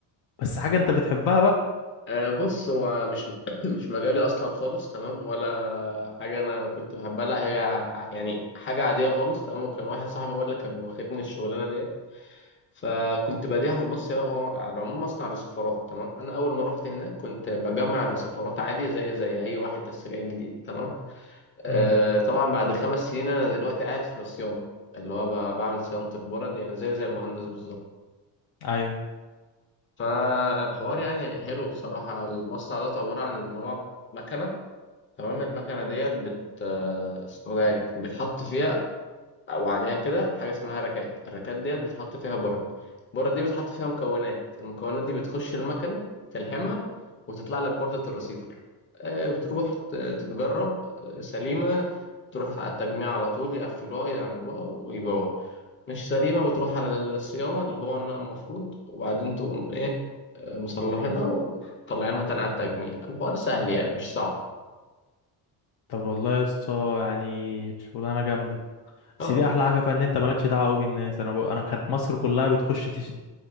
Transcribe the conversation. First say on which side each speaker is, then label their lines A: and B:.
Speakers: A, on the left (about 60°); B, on the left (about 25°).
A: بس حاجه انت بتحبها بقى
B: آه، بص هو مش <clears throat> مش مجالي اصلا خالص تمام ولا حاجه انا كنت بحبها لا هي ع- يعني حاجه عاديه خالص تمام وكان واحد صاحبي هو اللي كان واخدني الشغلانه ديت فكنت بديها بص يا هو على العموم مصنع رصفارات تمام انا اول ما رحت هناك كنت بجمع الرصفارات عادي زي زي اي واحد لسه جاي جديد تمام آه
A: امم
B: طبعا بعد خمس سنين انا دلوقتي قاعد في الصيانه اللي هو ب- بعمل صيانه البرد يعني زي زي المهندس بالظبط
A: ايوه
B: فالحوار يعني حلو بصراحه المصنع ده عباره عن ان هو مكنه تمام المكنة ديت بت آه، اسمه ده يعني بتحط فيها أو عليها كده حاجة اسمها ركات الركات ديت بتحط فيها برد البرد دي بتحط فيها مكونات المكونات دي بتخش المكنة تلحمها وتطلع لك بردة الرسيفر آه، بتروح ت- تتجرب آه، سليمة تروح على التجميع على طول يقفلوها يعملوها ويبيعوها مش سليمة بتروح على الصيانة اللي هو النقل المفروض وبعدين تقوم إيه آه، مصلحينها ومطلعينها تاني على التجميع الحوار سهل يعني مش صعب
A: طب والله يا اسطى يعني شغلانه جامده
B: اه
A: بس دي احلى حاجه فيها ان انت مالكش دعوه قوي بالناس انا ب... انا كانت مصر كلها بتخش تش...